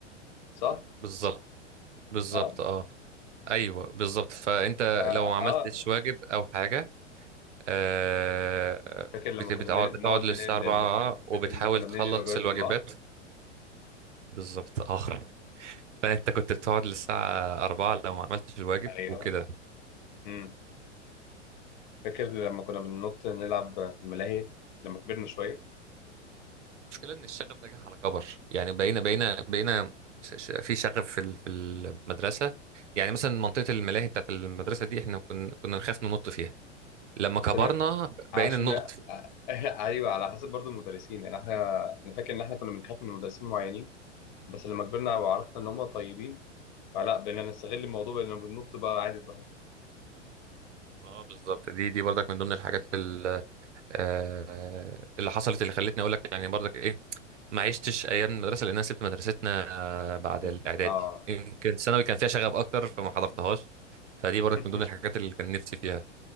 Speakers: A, on the left (about 40°); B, on the right (about 75°).
A: صح؟
B: بالظبط بالظبط
A: اه
B: اه ايوه بالظبط فانت
A: اه,
B: لو ما عملتش
A: آه.
B: واجب او حاجه آه
A: فاكر لما
B: بت-
A: كنا
B: بتقعد
A: بنقعد
B: بتقعد للساعه
A: ننقل
B: 4 وبتحاول
A: فاكر لما كنا
B: تخلص
A: بننقل الوجبات
B: الواجبات
A: من بعض
B: بالظبط اه <laughs> فانت كنت بتقعد للساعه 4 لو ما عملتش الواجب
A: ايوه
B: وكده
A: امم فاكر لما كنا بننط نلعب في الملاهي لما كبرنا شويه
B: المشكله ان الشغف ده جه على كبر يعني بقينا بقينا بقينا ش- ش- في شغف في ال- في المدرسه يعني مثلا منطقه الملاهي بتاعت المدرسه دي احنا كنا كنا نخاف ننط فيها لما كبرنا
A: كنا-
B: بقينا
A: عشان
B: ننط
A: <laughs> ايوه على حسب برضو المدرسين يعني احنا انا فاكر ان احنا كنا بنخاف من مدرسين معينين
B: فيها.
A: بس لما كبرنا وعرفنا ان هم طيبين فلا بقينا نستغل الموضوع بقينا بننط بقى عادي براحتنا
B: اه بالظبط دي دي برضك من ضمن الحاجات ال- آه، اللي حصلت اللي خلتني اقول لك يعني برضك ايه ما عشتش ايام المدرسه لان انا سبت مدرستنا آه، بعد
A: إنت-
B: الاعدادي
A: اه
B: يمكن الثانوي كان فيها شغب اكتر فما حضرتهاش فدي
A: <laughs>
B: برضك من ضمن الحاجات اللي كان نفسي فيها